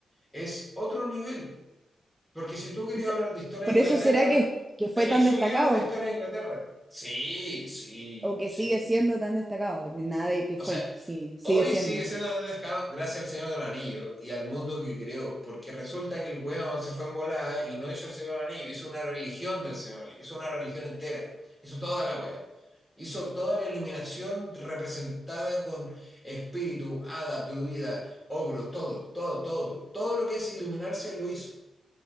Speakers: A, in the centre; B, on the right.
A: es otro nivel, porque si tú querías
B: Quizá-
A: hablar de historia
B: Por
A: de Inglaterra,
B: eso será que, que fue
A: tenés
B: tan destacado,
A: un libro de historia de Inglaterra. Sí, sí,
B: o que
A: sí,
B: sigue siendo tan destacado, porque nada de que
A: o
B: fue,
A: sea,
B: sí, sigue
A: hoy
B: siendo.
A: sigue siendo Andrés Pescado gracias al Señor del Anillo y al mundo que creó, porque resulta que el weón se fue en volada y no hizo el Señor del Anillo, hizo una religión del Señor del Anillo, hizo una religión entera, hizo toda la wea. Hizo toda la iluminación representada con espíritu, hada, druida, ogro, todo, todo, todo. Todo lo que es iluminarse lo hizo.